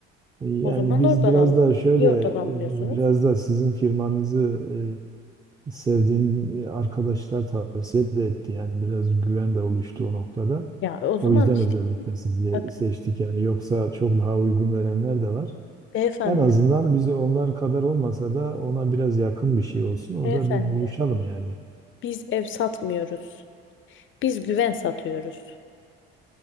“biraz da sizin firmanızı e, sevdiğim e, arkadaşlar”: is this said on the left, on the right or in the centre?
Right